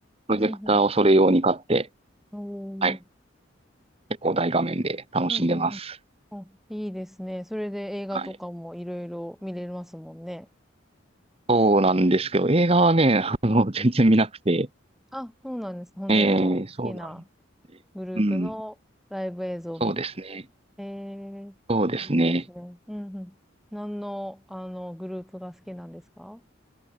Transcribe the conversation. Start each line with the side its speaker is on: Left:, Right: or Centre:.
Right: プロジェクターをそれ用に買って、
Centre: うんうん。お
Right: はい、
Centre: ー。
Right: 結構大画面で楽しんでます。
Centre: うんうんうん。あ、いいですね。それで映画とかもいろいろ見れますもんね。
Right: はい。そうなんですけど、映画はね、<laughs> あの、全然見なくて、
Centre: あ、そうなんです。本当にもう好きな
Right: えー、そうなんですね。
Centre: グループのライブ映像を見る。
Right: うん、そうですね。
Centre: えー、
Right: そうですね。
Centre: いいですね。うんうん。何の、あの、グループが好きなんですか